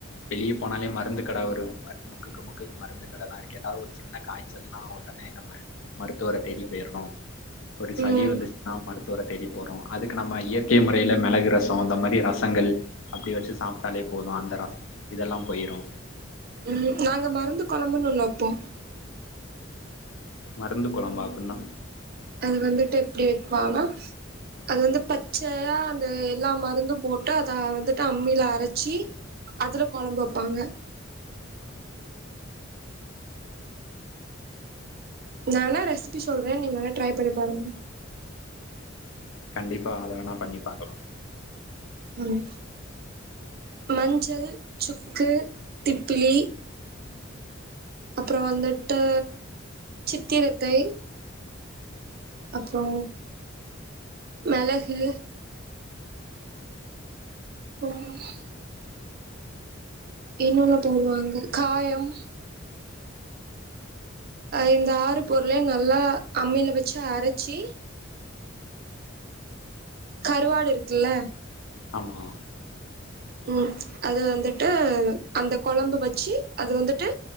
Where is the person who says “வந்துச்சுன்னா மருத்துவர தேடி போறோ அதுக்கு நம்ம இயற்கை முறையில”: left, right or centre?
Left